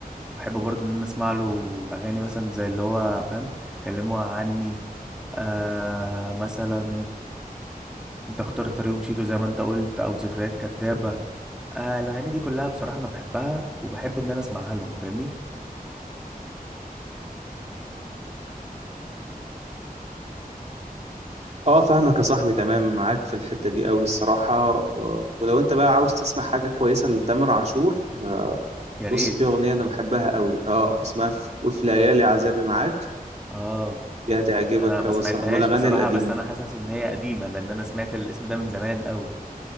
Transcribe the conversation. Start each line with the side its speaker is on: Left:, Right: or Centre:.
Centre: وبحب برضو ان انا اسمع له اغاني مثلا زي اللي هو فاهم كلموها عني آه مثلا انت اخترت طريق ومشيته زي ما انت قلت او ذكريات كدابة آه الاغاني دي كلها بصراحة انا بحبها وبحب ان انا اسمعها لهم فاهمني
Right: اه فاهمك يا صاحبي تمام معاك في الحتة دي قوي الصراحة آه، ولو انت بقى عاوز تسمع حاجة كويسة لتامر عاشور آه،
Centre: يا
Right: بص
Centre: ريت
Right: في أغنية
Centre: <laughs>
Right: أنا بحبها قوي اه اسمها في وفي ليالي عذابي معاك
Centre: اه
Right: دي هتعجبك
Centre: انا ما
Right: قوي
Centre: سمعتهاش
Right: الصراحة من الأغاني
Centre: بصراحه
Right: القديمة
Centre: بس انا حاسس ان هي قديمه لان انا سمعت الاسم ده من زمان قوي